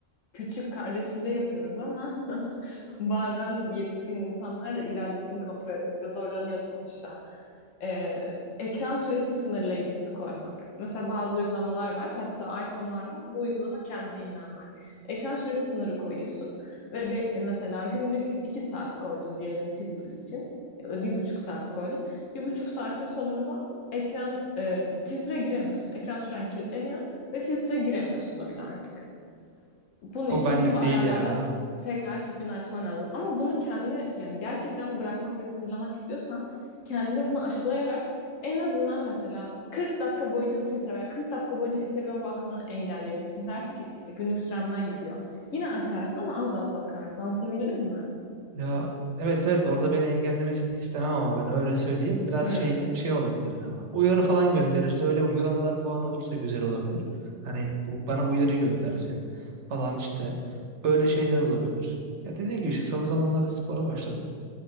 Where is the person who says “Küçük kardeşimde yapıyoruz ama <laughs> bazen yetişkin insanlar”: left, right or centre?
Left